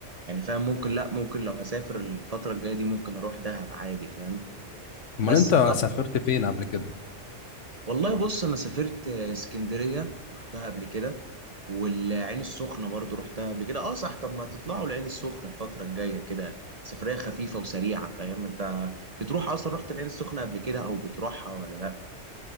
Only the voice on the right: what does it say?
يعني فاهم ممكن لا ممكن لو هسافر الفتره الجايه دي ممكن اروح دهب عادي فاهم
بس
طب
والله بص انا سافرت آه، اسكندريه رحتها قبل كده والعين السخنه برضو رحتها قبل كده اه صح طب ما تطلعوا العين السخنه الفتره الجايه كده سفريه خفيفه وسريعه فاهم انت بتروح اصلا رحت العين السخنه قبل كده او بتروحها ولا لا